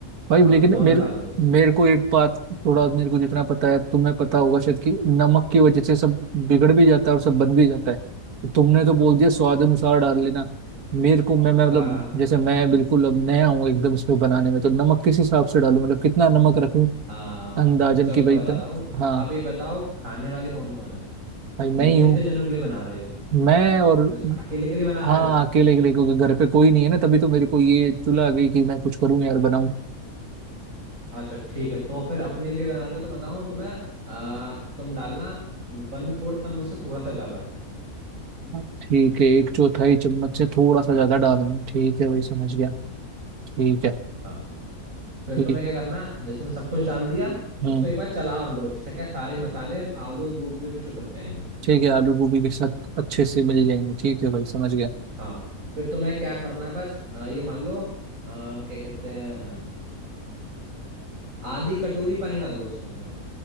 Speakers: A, on the right; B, on the right.
A: भाई
B: हाँ
A: लेकिन
B: दोनों
A: मेरे
B: डाल दो उसके अंदर
A: मेरे को एक बात थोड़ा मेरे को जितना पता है तुम्हें पता होगा शायद कि नमक की वजह से सब बिगड़ भी जाता है और सब बन भी जाता है तुमने तो बोल दिया स्वाद अनुसार डाल लेना मेरे को मैं मैं मतलब
B: हाँ हाँ
A: जैसे मैं बिल्कुल अब नया हूँ एकदम इसमें बनाने में तो नमक किस हिसाब से डालूं मतलब कितना नमक रखूं
B: हाँ
A: अंदाजन
B: चलो
A: की
B: मैं
A: भाई
B: बताता
A: तन
B: हूँ
A: हाँ
B: आप ये बताओ खाने वाले कौन कौन है मतलब
A: भाई मैं ही
B: कितने
A: हूँ
B: जनों के लिए बना रहे हो
A: मैं और
B: बस अकेले के लिए बना रहे
A: हाँ
B: हो
A: अकेले अकेले क्योंकि घर पे कोई नहीं है ना तभी तो मेरे को ये चुला आ गई कि मैं कुछ करूँ यार बनाऊं
B: अच्छा ठीक है तो फिर अपने लिए बना रहे हो तो बताऊँ तुम्हें आ, तुम डालना वन फोर्थ चम्मच से थोड़ा सा ज्यादा
A: हाँ, ठीक है एक चौथाई चम्मच से थोड़ा सा ज्यादा डालेंगे ठीक है भाई समझ गया ठीक है
B: हाँ फिर
A: ठीक
B: तुम्हें
A: है
B: क्या करना जैसे उसमें सब कुछ डाल दिया
A: हम्म
B: उसको एक बार चला और लो जिससे क्या सारे मसाले और आलू गोभी भी चिपक जाएंगे
A: ठीक है आलू गोभी के साथ अच्छे से मिल जाएंगे ठीक है भाई समझ गया
B: हाँ फिर तुम्हें क्या करना है बस अ, ये मान लो अ, क्या कहते हैं आधी कटोरी पानी डाल दो उसके अंदर